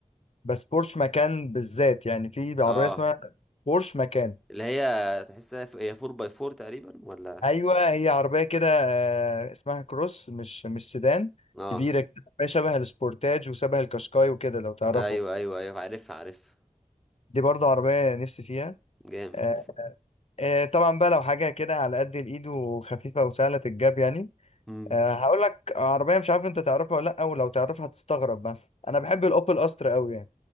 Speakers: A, on the left; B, in the centre.
A: بس بورش مكان بالذات يعني في عربية
B: اه
A: اسمها بورش مكان
B: اللي هي تحسها ف- هي 4 باي 4 تقريبا ولا
A: ايوه هي عربية كده آه اسمها كروس مش مش سيدان
B: اه
A: كبيرة كده شبه السبورتاج وشبه الكاشكاي وكده لو تعرفه
B: ايوه ايوه ايوه عارفها عارفها
A: دي برضو عربية نفسي فيها
B: جامد
A: آه، آه، طبعا بقى لو حاجة كده على قد الإيد وخفيفة وسهلة الجاب يعني
B: امم
A: آه، هقول لك عربية مش عارف أنت تعرفها ولا لأ ولو تعرفها هتستغرب بس أنا بحب الأوبل أسترا أوي يعني